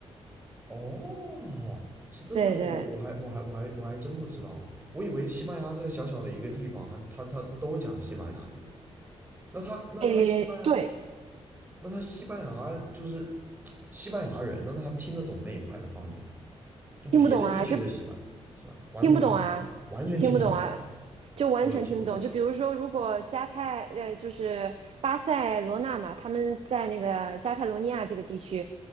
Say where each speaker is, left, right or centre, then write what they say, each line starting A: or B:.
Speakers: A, on the right; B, on the right.
A: 哦，是这个样子。
B: 对对，
A: 我我还我还我还我还真不知道，我以为西班牙这小小的一个地方，他他他都讲西班牙语。那他那他西班牙
B: 诶，对，
A: 那他西班牙就是 <tsk> 西班牙人，那他听得懂那一块的方言吗？就别的地区的西班是吧？
B: 听不懂啊，就
A: 完全听不懂，
B: 听不懂啊，
A: 完全听不懂。
B: 听不懂啊，就完全听不懂。
A: 我的天，这差
B: 就比如说，如果加泰呃，就是巴塞罗那嘛，他们在那个加泰罗尼亚这个地区，